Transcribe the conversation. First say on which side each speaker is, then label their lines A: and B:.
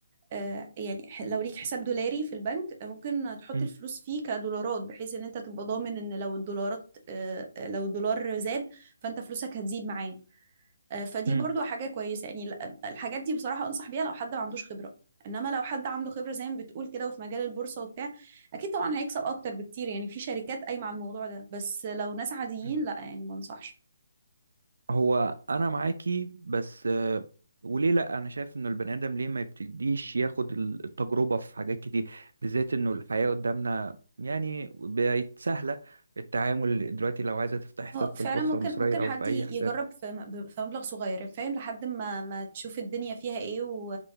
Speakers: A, on the right; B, on the right.
A: آه، يعني ح- لو ليك حساب دولاري في البنك آه، ممكن تحط
B: مم.
A: الفلوس فيه كدولارات بحيث ان انت تبقى ضامن ان لو الدولارات آه، آه، لو الدولار زاد فانت فلوسك هتزيد معاه آه، فدي
B: مم.
A: برضو حاجة كويسة يعني ال- الحاجات دي بصراحة أنصح بيها لو حد ما عندوش خبرة إنما لو حد عنده خبرة زي ما بتقول كده وفي مجال البورصة وبتاع أكيد طبعا هيكسب أكتر بكتير يعني في شركات قايمة على الموضوع ده بس لو ناس عاديين
B: مم.
A: لا يعني ما أنصحش
B: هو انا معاكي بس آه، وليه لا انا شايف انه البني ادم ليه ما يبتديش ياخد ال- التجربه في حاجات كتير بالذات انه الحياه قدامنا يعني بقت سهله التعامل دلوقتي لو عايزه تفتح حساب
A: اه
B: في
A: فعلا
B: البورصه
A: ممكن
B: المصريه
A: ممكن
B: او
A: حد
B: في اي
A: ي-
B: حساب
A: يجرب في م- في مبلغ صغير يعني فاهم لحد ما ما تشوف الدنيا فيها ايه و...